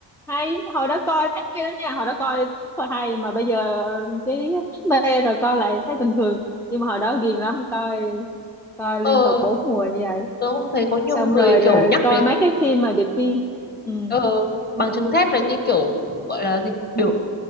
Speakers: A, in the centre; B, on the left.
A: hay hồi đó coi thấy hay lắm nha hồi đó coi rất là hay mà bây giờ cái mê rồi coi lại thấy bình thường nhưng mà hồi đó ghiền lắm coi coi liên
B: ờ
A: tục bốn mùa như vậy
B: tớ cũng thấy có nhiều
A: xong
B: người
A: rồi
B: kiểu
A: ờ,
B: nhắc
A: coi
B: đến
A: mấy cái phim mà điệp viên ừ
B: ờ, bằng chứng thép là như kiểu gọi là gì biểu